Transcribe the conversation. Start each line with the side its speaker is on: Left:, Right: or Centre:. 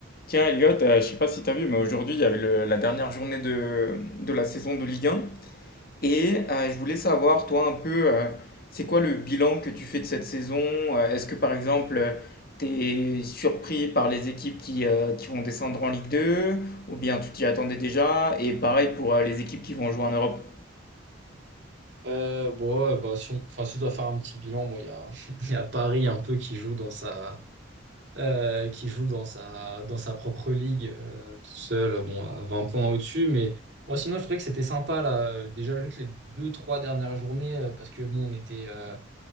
Left: Tiens, Elliot, euh, je sais pas si tu as vu, mais aujourd'hui, il y avait le- la dernière journée de, de la saison de Ligue 1. Et euh, je voulais savoir, toi, un peu, euh, c'est quoi le bilan que tu fais de cette saison? Euh, Est-ce que, par exemple, tu es surpris par les équipes qui, euh, qui vont descendre en Ligue 2? Ou bien tu t'y attendais déjà? Et pareil pour euh, les équipes qui vont jouer en Europe.
Right: Euh, bon, ouais, bah, si on, enfin, si on doit faire un petit bilan, bon, il y a, <laughs> il y a Paris un peu qui joue dans sa, euh, qui joue dans sa, dans sa propre ligue, euh, tout seul, bon, à 20 points au-dessus. Mais moi, sinon, je trouvais que c'était sympa, là. euh, Déjà, juste les deux, trois dernières journées, euh, parce que, bon, on était, euh,